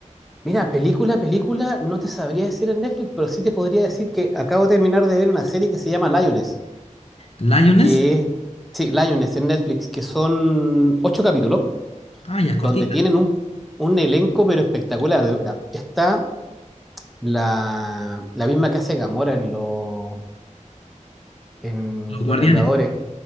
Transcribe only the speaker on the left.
¿Lioness?
Ah, ya, cortita.
Los Guardianes.